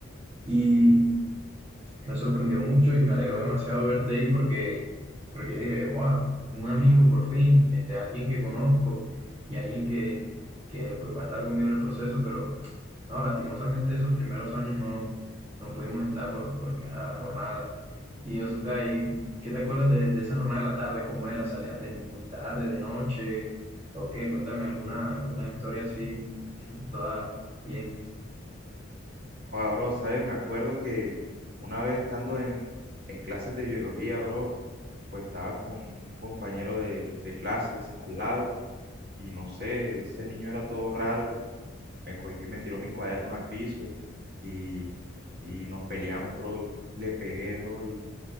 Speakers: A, on the right; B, on the right.
A: Y me sorprendió mucho y me alegró demasiado verte ahí porque, porque yo dije, wow, un amigo por fin, este, alguien que conozco y alguien que, que pues, va a estar conmigo en el proceso, pero no, lastimosamente esos primeros años no, no pudimos estar por, porque, ajá, la jornada. Y, o sea, ¿y qué te acuerdas de, de esa jornada de la tarde? ¿Cómo era? ¿Salías de muy tarde, de noche? ¿O qué? Cuéntame alguna, alguna historia así, <laughs> toda bien.
B: Joder, bro, ¿sabes? Me acuerdo que una vez estando en, en clases de biología, bro, pues estaba con un compañero de, de clases al lado Y no sé, ese niño era todo raro y me cogió y me tiró mis cuadernos al piso y, y nos peleamos, bro. Yo cogí y le pegué, bro. Y,